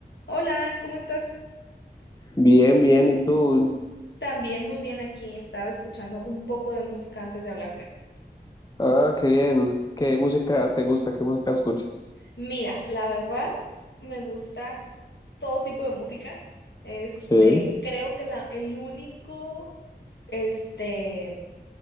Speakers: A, on the left; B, on the left.
A: Hola, ¿cómo estás?
B: Bien, bien, ¿y tú?
A: También muy bien aquí. Estaba escuchando un poco de música antes de hablarte.
B: Ah, qué bien. ¿Qué música te gusta? ¿Qué música escuchas?
A: Mira, la verdad, me gusta todo tipo de música. Este,
B: Sí.
A: creo que la, el único, este,